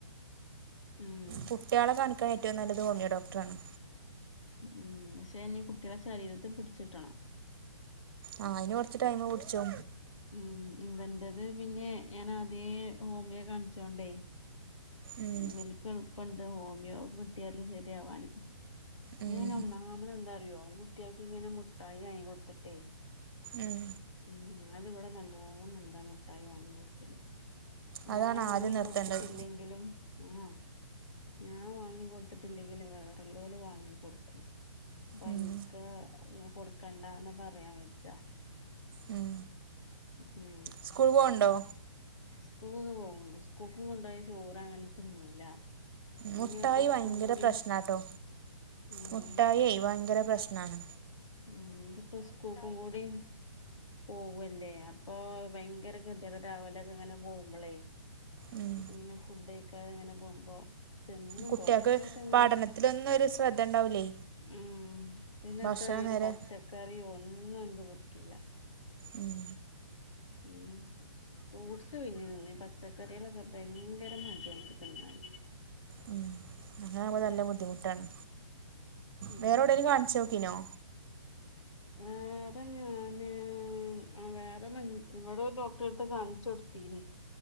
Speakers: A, on the left; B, on the right.
A: ഉം
B: കുട്ടികളെ കാണിക്കാൻ ഏറ്റവും നല്ലത് ഹോമിയോഡോക്ടറാണ്
A: ഉം പക്ഷേ എന്നീ കുട്ടികളുടെ ശരീരത്തി പിടിച്ചിട്ടണം
B: ആഹ് അയ്ന് കുറച്ച് ടൈമ് കുടിച്ചോ
A: ഉം ഇവന്റത് പിന്നെ ഞാനാദ്യേ ഹോമിയോ കാണിച്ചോണ്ടേ
B: ഉം
A: ഇവല്ക്ക് എളുപ്പണ്ട് ഹോമിയോ കിട്ടിയാല് ശരിയാവാന്
B: ഉം
A: ഞാന് ഒന്നാമത് എന്താറിയോ കുട്ടികൾക്ക് ഇങ്ങനെ മുട്ടായി വാങ്ങി കൊടുത്തിട്ടേ
B: ഉം
A: ഉം അതിവിടെ നല്ലോണുണ്ടാ മുട്ടായി വാങ്ങി കൊടുക്കല്
B: അതാണ്
A: ഞാൻ വാങ്ങി
B: ആദ്യം നിർത്തേണ്ടത്
A: കൊടുത്തിട്ടില്ലെ ങ്കിലും ആഹ് ഞാൻ വാങ്ങി കൊടുത്തിട്ടില്ലെങ്കിലും വെറുല്ലോല് വാ കൊടുക്കും അപ്പൊ
B: ഉം
A: എനിക്ക് കൊടുക്കണ്ടാന്ന് പറയാൻ പച്ച
B: ഉം
A: ഉം
B: സ്കൂ പോവണ്ടോ
A: സ്കൂ പോകുന്നുണ്ട് സ്കൂക്ക് കൊണ്ട ചോറ് അങ്ങനെ തിന്നൂല ഇതെങ്ങനെപ്പൊ
B: മുട്ടായി
A: സ്കൂൾ
B: ഭയങ്കര
A: കൂടി
B: പ്രശ്നാട്ടോ
A: ഉം
B: മുട്ടായിയി ഭയങ്കര പ്രശ്നണ്
A: ഉം ഇതിപ്പോ സ്കൂക്കുംകൂടി പോവല്ലേ അപ്പൊ ഭയങ്കര കതി കേടരാവിലൊക്കെ ഇങ്ങനെ പോകുമ്പോളേ
B: ഉം
A: ഇങ്ങനെ ഫുഡ് കഴിക്കാതെ ഇങ്ങനെ പോകുമ്പോ തിന്നും
B: കുട്ടികൾക്ക്
A: കൊറച്ചായിട്ട് അങ്ങനെ
B: പഠനത്തിലൊന്നും ഒരു ശ്രദ്ധ ഉണ്ടാവൂലേ
A: ഉ പിന്നെ
B: ഭക്ഷണം
A: ഒരു
B: നേരെ
A: പച്ചക്കറി യോ ഒന്നും എനിക്ക് പറ്റൂല്ല
B: ഉം
A: ഉ ഫൂട്സ് പിന്നെ തിന്ന് പച്ചക്കറികളൊക്കെ ഭയങ്കര മടിയാണ് തിന്നാണ്
B: ഉ അങ്ങനെ ആവുമ്പോൾ നല്ല ബുദ്ധിമുട്ടാണ്
A: ഉം
B: വേറെ എവിടെേങ്കിലും കാണിച്ചു നോക്കീനോ
A: വേറെ ഞാന് ഉ വേറെ ഇവിടെ ഡോക്ടറെ അടുത്ത് കാണിച്ചു കൊടുത്തീന്